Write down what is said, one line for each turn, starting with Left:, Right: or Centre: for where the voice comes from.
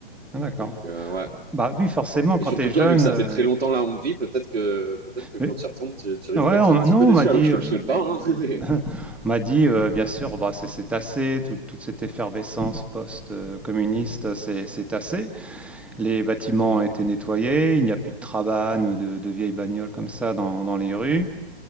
Centre: Ah, d'accord.
Right: donc euh, ouais.
Centre: Bah, bah oui, forcément, quand
Right: Et surtout
Centre: t'es
Right: toi,
Centre: jeune.
Right: vu que ça
Centre: euh,
Right: fait très longtemps la Hongrie, peut-être que peut-être que
Centre: mais-
Right: quand tu y retournes, tu, tu risques
Centre: Ouais,
Right: d'être
Centre: on
Right: un
Centre: m'a-
Right: petit
Centre: non,
Right: peu déçu,
Centre: on m'a dit.
Right: alors que je
Centre: euh,
Right: te le souhaite pas, hein. <laughs> Mais-
Centre: <laughs> On m'a dit, euh, bien sûr, bah, c'est c'est assez, tout- toute cette effervescence post-communiste, c'est c'est assez. Les bâtiments
Right: Hmm.
Centre: ont été nettoyés, il n'y a plus de trabanes ou de, de vieilles bagnoles comme ça dans, dans les rues.